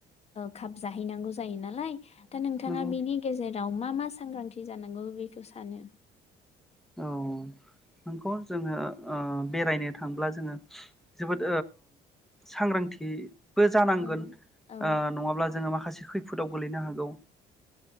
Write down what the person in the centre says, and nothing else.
नंगौ
औ नोंगौ जोङो ओ बेरायनो थांब्ला जोङो जोबोद सांग्रांथि बो जानांगोन
ओ नङाब्ला जोंङो माखासे खै खैफोदाव गोलैनो हा औ ओ